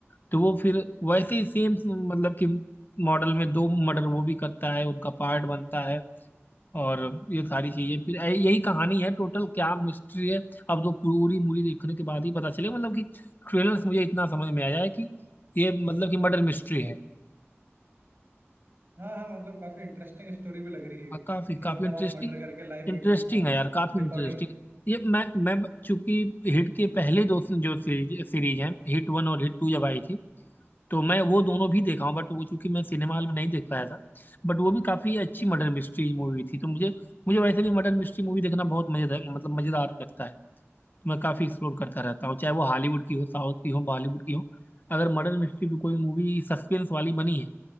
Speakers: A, on the left (about 45°); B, on the right (about 50°).
A: तो वो फिर वैसे ही सेम मतलब कि मॉडल में दो मर्डर वो भी करता है उनका पार्ट बनता है और ये सारी चीजें फिर ऐ- यही कहानी है टोटल क्या मिस्ट्री है अब तो पूरी मूवी देखने के बाद ही पता चले मतलब कि ट्रेलर से मुझे इतना समझ में आया है कि ये मतलब कि मर्डर मिस्ट्री है
B: हाँ हाँ मतलब काफी इंटरेस्टिंग स्टोरी भी लग रही है
A: और काफी
B: कि मतलब
A: काफी इंटरेस्टिंग
B: आप मर्डर करके लाइव
A: इंटरेस्टिंग
B: वीडियो हाँ
A: है यार काफी
B: रिकॉर्डिंग
A: इंटरेस्टिंग ये मैं मैं चूंकि हिट के पहले दो जो सीरीज सीरीज हैं हिट वन और हिट टू जब आई थी तो मैं वो दोनों भी देखा हूँ बट वो चूंकि मैं सिनेमा हॉल में नहीं देख पाया था बट वो भी काफी अच्छी मर्डर मिस्ट्री मूवी थी तो मुझे मुझे वैसे भी मर्डर मिस्ट्री मूवी देखना बहुत मजेदार मतलब मजेदार लगता है तो मैं काफ़ी एक्सप्लोर करता रहता हूँ चाहे वो हॉलीवुड की हो साउथ की हो बॉलीवुड की हो अगर मर्डर मिस्ट्री भी कोई मूवी सस्पेंस वाली बनी है